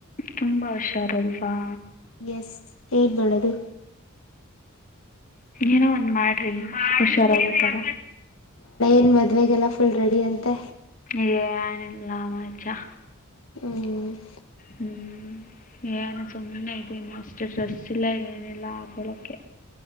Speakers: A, on the left; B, on the left.
A: ತುಂಬಾ ಹುಷಾರಿಲ್ವಾ.
B: ಯಸ್ ಏನ್ ಮಾಡೋದು.
A: ಏನೋ ಒಂದ್ ಮಾಡ್ರಿ. ಹುಷಾರಾಗೋತರ.
B: ನ್ ಮದುವೆಗೆಲ್ಲ ಫುಲ್ ರೆಡಿ ಅಂತೆ.
A: ಏನಿಲ್ಲ ಮಚ್ಚಾ.
B: ಹ್ಮ.
A: ಹ್ಮ್ ಏನ ಸುಮ್ಮನೆ ಇದಿನಿ ಅಷ್ಟೆ ಡ್ರೆಸ್ ಇಲ್ಲ ಏನಿಲ್ಲ ಹಾಕೊಳಕ್ಕೆ.